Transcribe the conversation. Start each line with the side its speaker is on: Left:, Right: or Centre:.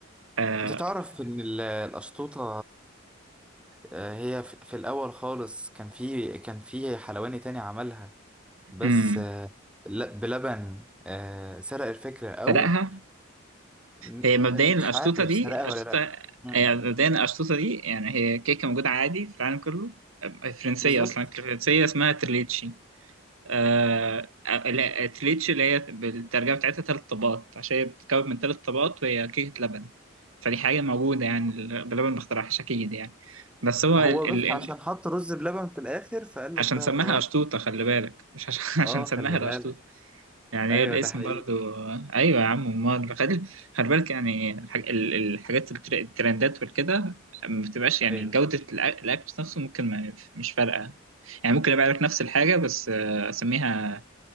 Right: آه
Centre: انت تعرف ان ال- الاسطوطه آه، هي في في الاول خالص كان في كان في حلواني تاني عملها بس
Right: إيه
Centre: آه، لا- بلبن آه، سرق الفكرة أو
Right: فرقها
Centre: م-
Right: هي مبدئيا الأشطوطة
Centre: مش عارف
Right: دي
Centre: سرقة
Right: أشطوطة
Centre: ولا لا مم.
Right: هي مبدئيا الأشطوطة دي يعني هي كيكة موجودة عادي في العالم كله فرنسية
Centre: بالظبط
Right: أصلا فرنسية اسمها تريليتشي آه... لا تريليتشي اللي هي بالترجمة بتاعتها تلات طبقات عشان هي بتتكون من تلات طبقات وهي كيكة لبن فدي حاجة موجودة
Centre: بالظبط.
Right: يعني ال- بلبن ما اخترعهاش أكيد يعني بس هو
Centre: هو
Right: ال...
Centre: بس
Right: ال... ال-
Centre: عشان حط رز بلبن في الاخر فقال لك
Right: عشان
Centre: بقى
Right: سماها
Centre: خلاص
Right: أشطوطة خلي بالك مش عشان <laughs>
Centre: اه
Right: عشان سماها
Centre: خلي
Right: الأشطوطة
Centre: بالك
Right: يعني
Centre: ايوه
Right: هي الاسم
Centre: ده حقيقي
Right: برضو ايوه يا عم امال خلي خلي بالك يعني الحاج... ال- الحاجات التر- الترندات والكده ما بتبقاش يعني
Centre: ايوه
Right: جودة الأ- الاكل نفسه ممكن ما مش فارقة يعني ممكن ابيع لك نفس الحاجة بس آه، اسميها